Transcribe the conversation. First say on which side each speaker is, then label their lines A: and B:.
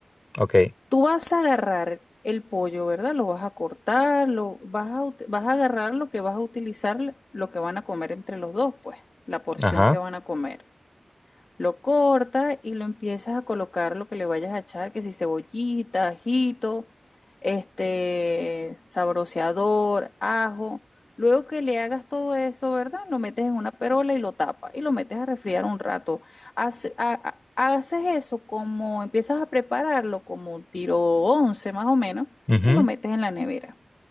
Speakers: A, on the left; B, on the left.
A: Ok,
B: Tú vas a agarrar el pollo, ¿verdad? Lo vas a cortar, lo vas a, ut- vas a agarrar lo que vas a utilizar, lo que van a comer entre los dos, pues, la porción
A: ajá,
B: que van a comer. Lo cortas y lo empiezas a colocar lo que le vayas a echar, que si cebollita, ajito, este, sabroseador, ajo. Luego que le hagas todo eso, ¿verdad? Lo metes en una perola y lo tapas y lo metes a refriar un rato. Hace- ha- ha- haces eso como empiezas a prepararlo como un tiro 11 más o menos
A: ujú,
B: y lo metes en la nevera.